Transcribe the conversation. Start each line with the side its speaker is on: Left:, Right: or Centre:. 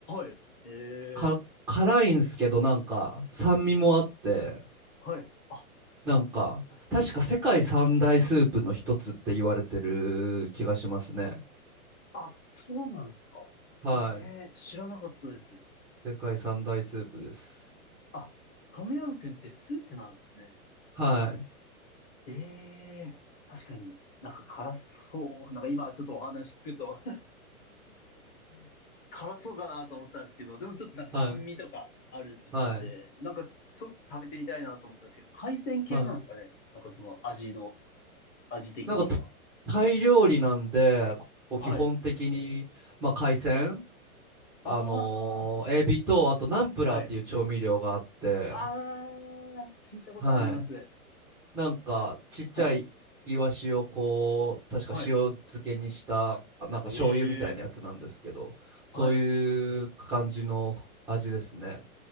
Left: はい。ええ
Centre: か辛いんすけどなんか酸味もあって、
Left: はい。あ、
Centre: なんか確か世界三大スープの一つって言われてる気がしますね。
Left: あ、そうなんですか。
Centre: はい。
Left: ええ知らなかったです。
Centre: 世界三大スープです。
Left: あ、トムヤムクンってスープなんですね。
Centre: はい。
Left: ええ確かになんか辛そう。なんか今ちょっとお話聞くと <laughs> 辛そうかなと思ったんですけど、でもちょっとなんか酸味とかあるって言ったんで、
Centre: はい。はい。
Left: なんかちょっと食べてみたいなと思ったんですけど、海鮮系なんですかね。
Centre: はい。
Left: なんかその味の、味的には。
Centre: なんか、たタイ料理なんで、こう基本的に、
Left: はい。
Centre: まあ、海鮮、あのーエビと、
Left: あ
Centre: あとナンプラーっていう調味料があって、
Left: あ、はい。ああ、聞いたことあります。
Centre: はい。なんか、ちっちゃいイワシをこう、
Left: はい。
Centre: 確か塩漬けにした、
Left: はい。
Centre: なんか醤油みたいなやつなんですけど、
Left: ええ、
Centre: そういう感じの味ですね。
Left: はい。